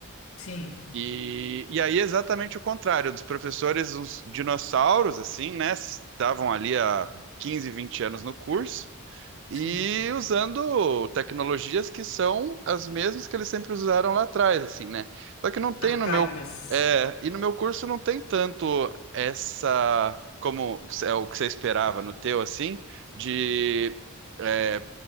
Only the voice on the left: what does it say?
sim.
Sim.
Arcaicas.